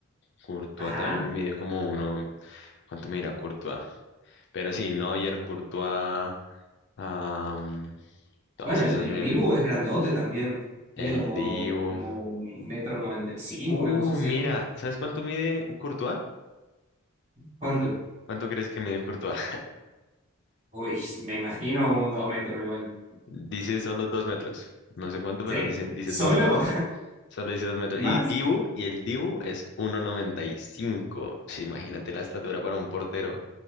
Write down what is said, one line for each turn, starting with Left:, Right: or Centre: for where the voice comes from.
Left: Courtois
Right: ajá.
Left: también mide como uno. ¿Cuánto mira Courtois? Pero sí, Neuer, Courtois. am, todas
Right: Bueno,
Left: esas
Right: el,
Left: bien.
Right: el Dibu es grandote también.
Left: El
Right: Mide como,
Left: Dibu.
Right: como un metro noventa y cinco,
Left: Uh,
Right: una cosa así.
Left: mira, ¿sabes cuánto mide Courtois?
Right: ¿Cuánto?
Left: ¿Cuánto crees que mide Courtois?
Right: Uy, me imagino un dos metros igual.
Left: <laughs> Dice solo dos metros. No sé cuánto, pero
Right: Sí.
Left: dice, dice
Right: ¿Solo?
Left: dos metros. Solo dice dos metros.
Right: <laughs> ¿Más?
Left: Y Dibu, y el Dibu es 1,95. Sí, imagínate la estatura para un portero.